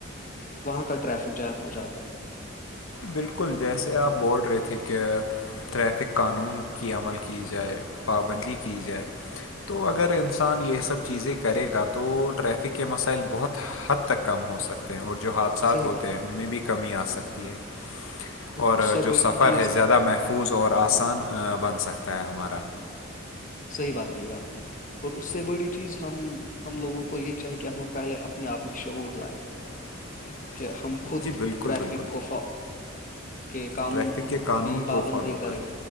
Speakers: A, on the left; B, on the left.
A: وہاں کا ٹریفک جام ہو جاتا ہے
B: بالکل جیسے آپ بول رہے تھے کہ ٹریفک قانون کی عمل کی جائے پابندی کی جائے تو اگر انسان یہ سب چیزیں کرے گا تو ٹریفک کے مسائل بہت حد تک کم ہو سکتے ہیں اور جو حادثات
A: صحیح
B: ہوتے
A: بات
B: ہیں ان میں بھی کمی آ سکتی ہے اور
A: اس سے
B: جو
A: بڑی
B: سفر
A: چیز
B: ہے زیادہ
A: آ،
B: محفوظ اور آسان بن سکتا ہے ہمارا
A: صحیح بات کہی ہے آپ نے اور اس سے بڑی چیز ہم ہم لوگوں کو یہ چاہی کہ ہم پہلے اپنے آپ میں شعور لائے
B: <inaudible>
A: کہ ہم خود
B: جی بالکل
A: ٹریفک
B: بالکل
A: کو کہ قانون
B: ٹریفک
A: کو
B: کے
A: کی
B: قانون
A: پابندی
B: کو فالو
A: کرے
B: کریں